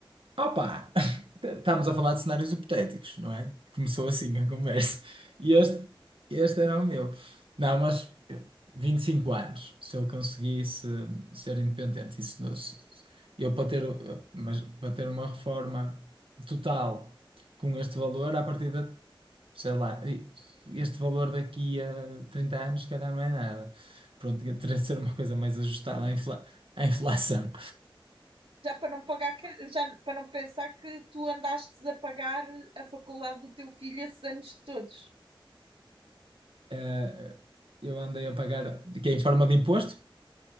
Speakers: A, on the right (about 75°); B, on the right (about 85°).
A: Opa! <laughs> Estamos a falar de cenários hipotéticos, não é? Começou assim a conversa. E este, este era o meu. Não, mas eu- 25 anos, se eu conseguisse ser independente, isso não, se- se- eu para ter, mas para ter uma reforma total com este valor, à partida, sei lá, e- este valor daqui a 30 anos, se calhar não é nada. Pronto, teria de ser uma coisa mais ajustada à infla- à inflação.
B: Já para não pagar, que- já para não pensar que tu andaste a pagar a faculdade do teu filho esses anos todos.
A: eh, eu andei a pagar de que é em forma de imposto?